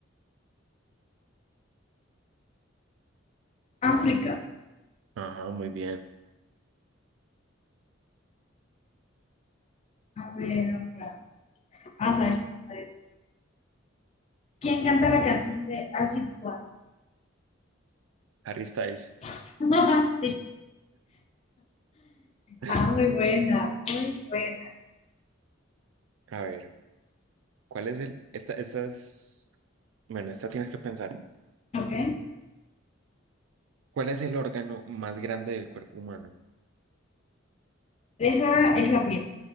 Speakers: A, on the left (about 30°); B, on the right (about 75°).
A: África.
B: Ajá, muy bien.
A: A ver, ahora, vamos a ver si sabes ¿Quién canta la canción de Acid Was?
B: Harry Styles.
A: <laughs> Sí.
B: <laughs>
A: Ah, muy buena, muy buena.
B: A ver, ¿cuál es el? Esta, estas. Bueno, esta tienes que pensar.
A: Ok.
B: ¿Cuál es el órgano más grande del cuerpo humano?
A: Esa es la piel.